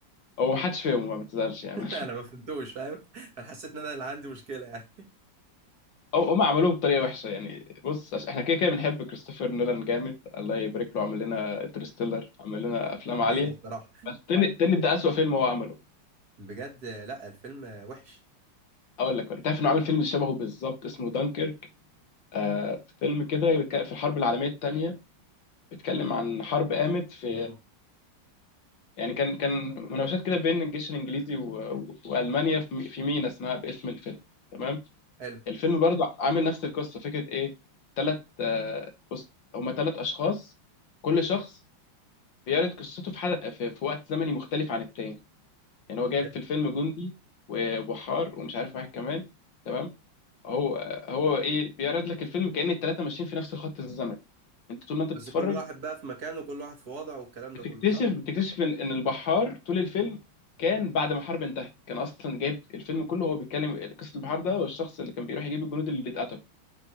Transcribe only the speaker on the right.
<laughs>
انا ما فهمتوش فاهم انا حسيت ان انا اللي عندي مشكله يعني
<laughs>
حقيقه الصراحه
بجد لا الفيلم وحش
مم.
حلو
حلو
بس
كل واحد بقى في مكانه كل واحد في وضعه والكلام
ده كله صح